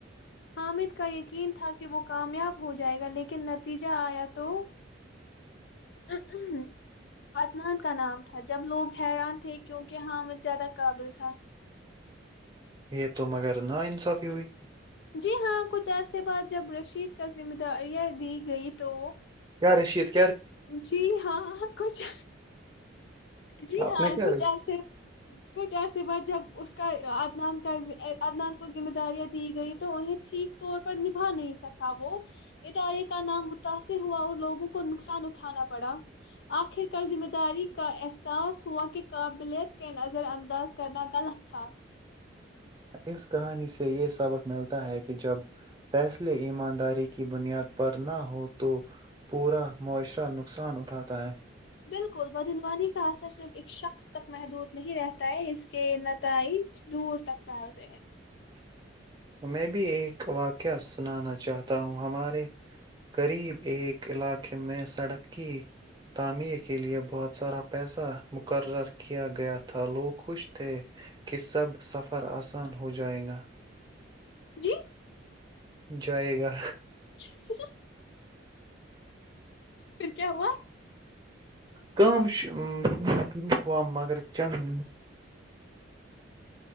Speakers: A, on the left; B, on the right.
A: حامد کا یقین تھا کہ وہ کامیاب ہو جائے گا لیکن نتیجہ آیا تو اتنان کا نام تھا جب لوگ حیران تھے کیونکہ حامد زیادہ قابل تھا
B: یہ تو مگر نا انصافی ہوئی
A: جی ہاں کچھ عرصے بعد جب رشید کا ذمہ داریاں دی گئی تو
B: کیا رشیے ت
A: جی ہاں کچھ جی
B: آپ
A: ہاں
B: نے کیا
A: کچھ
B: رشید
A: ایسے کچھ ایسے با جب اس کا ادنان کا ادنان کو ذمہ داریاں دی گئی تو انہیں ٹھیک طور پر نبھا نہیں سکا وہ ادارے کا نام متاثر ہوا اور لوگوں کو نقصان اٹھانا پڑا آخرکار ذمہ داری کا احساس ہوا کہ قابلیت کے نظر انداز کرنا غلط تھا
B: اس کہانی سے یہ سبق ملتا ہے کہ جب فیصلے ایمانداری کی بنیاد پر نہ ہو تو پورا معاشرہ نقصان اٹھاتا ہے
A: بالکل بدعنوانی کا اثر صرف ایک شخص تک محدود نہیں رہتا ہے اس کے نتائج دور تک پھیلتے ہیں
B: میں بھی ایک واقعہ سنانا چاہتا ہوں ہمارے قریب ایک علاقے میں سڑک کی تعمیر کے لیئے بہت سارا پیسہ مقرر کیا گیا تھا لوگ خوش تھے کہ سب سفر آسان ہو جائے گا
A: جی
B: جائے گا
A: <inaudible> پھر کیا ہوا
B: کا شروع ہوا مگر چند